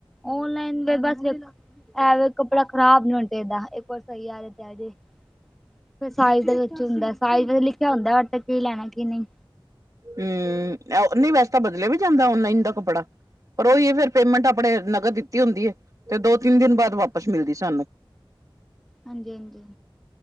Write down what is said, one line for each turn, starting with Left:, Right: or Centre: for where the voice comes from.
Centre: ਔਨਲਾਈਨ ਤੇ ਬਸ ਦੇ ਐ ਵੇ ਕੱਪੜਾ ਖਰਾਬ ਨੀ ਹੋਣਾ ਚਾਹੀਦਾ ਇੱਕ ਵਾਰ ਸਹੀ ਆਜੇ ਤੇ ਆਜੇ ਫਿਰ ਸਾਈਜ਼ ਦੇ ਵਿੱਚ ਹੁੰਦਾ ਸਾਈਜ਼ ਵੀ ਲਿਖਿਆ ਹੁੰਦਾ <unintelligible> ਕੀ ਲੈਣਾ ਕੀ ਨਹੀਂ
Right: ਹਮ ਨਹੀਂ ਐ ਨਹੀਂ ਵੈਸੇ ਤਾਂ ਬਦਲਿਆ ਵੀ ਜਾਂਦਾ ਔਨਲਾਈਨ ਦਾ ਕੱਪੜਾ ਪਰ ਉਹੀ ਹੈ ਫਿਰ ਪੇਮੈਂਟ ਆਪਣੇ ਨਗਦ ਦਿੱਤੀ ਹੁੰਦੀ ਹੈ ਤੇ ਦੋ ਤਿੰਨ ਦਿਨ ਬਾਅਦ ਵਾਪਿਸ ਮਿਲਦੀ ਸਾਨੂੰ
Centre: ਹਾਂਜੀ ਹਾਂਜੀ